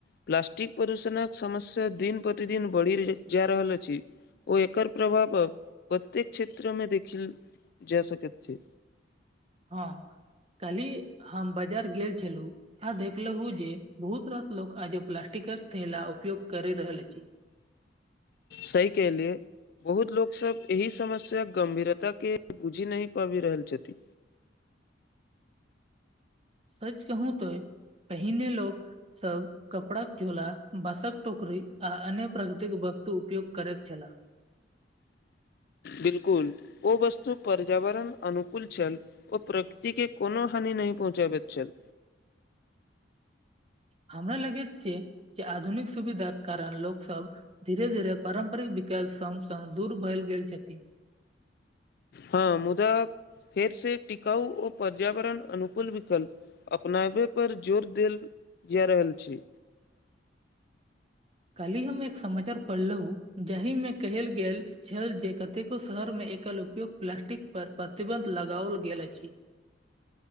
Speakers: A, on the left; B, on the right.
A: प्लास्टिक प्रदूषणक समस्या दिन-प्रतिदिन बढ़ि रहल अछि। ओकर प्रभाव प्रत्येक क्षेत्रमे देखल जा सकैत छै।
B: हँ, काल्हि हम बाजार गेल छलहुँ। आ देखलहुँ जे बहुत रास लोक आज प्लास्टिकक थैला उपयोग कऽ रहल छथि।
A: सही काहिये। बहुत रास लोकसभ एहि समस्याक गम्भीरताके बुझि नहि पाबि रहल छथि।
B: सच कहू तऽ पहिने लोकसभ कपड़ाक झोला, बाँसक टोकरी आ अन्य प्राकृतिक वस्तु उपयोग करैत छलाह।
A: बिल्कुल, ओ वस्तु पर्यावरण-अनुकूल छल। ओ प्रकृतिक कोनो हानि नहि पहुँचबैत छल।
B: हमरा लगै छै जे आधुनिक सुविधाक कारण लोकसभ धीरे-धीरे पारम्परिक विकल्पसभ दूर भऽ गेल छथि।
A: हँ, मुदा फेरसँ टिकाऊ आ पर्यावरण-अनुकूल विकल्प अपनाबैपर जोर देल जा रहल छै।
B: काल्हि हम एक समाचार पढ़लहुँ, जाहिमे कहल गेल छल जे कतेको शहरमे एकल-उपयोग प्लास्टिकपर प्रतिबन्ध लगाओल गेल अछि।